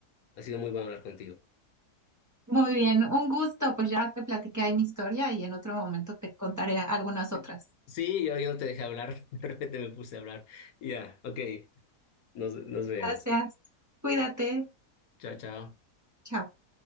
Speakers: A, on the left; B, on the right.
A: ha sido muy bueno hablar contigo.
B: Muy bien, un gusto, pues ya te platiqué ahí mi historia y en otro momento te contaré algunas
A: Sí,
B: otras.
A: Sí, yo, yo no te dejé hablar, <laughs> de repente me puse a hablar. Ya, ok, nos, nos vemos,
B: Gracias,
A: pues.
B: cuídate,
A: Chao, chao.
B: chao.